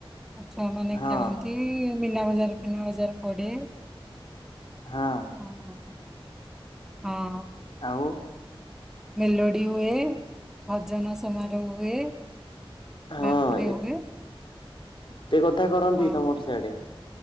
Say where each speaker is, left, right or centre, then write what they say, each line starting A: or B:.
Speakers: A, in the centre; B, on the left.
A: ଆ ଛୁଆ ମାନେ
B: ହଁ
A: ଖେଳନ୍ତି। ବିନା ବଜାର ଫିନା ବଜାର ପଡେ
B: ହଁ
A: ହଁ। ହଁ।
B: ଆଉ।
A: ମେଲୋଡି ହୁଏ ଭଜନ ସମାରୋହ ହୁଏ
B: ହଁ
A: ରାତିରେ
B: ଏେ
A: ହୁଏ
B: କଥା କରନ୍ତି
A: ହଁ
B: ତମର ସିଆଡେ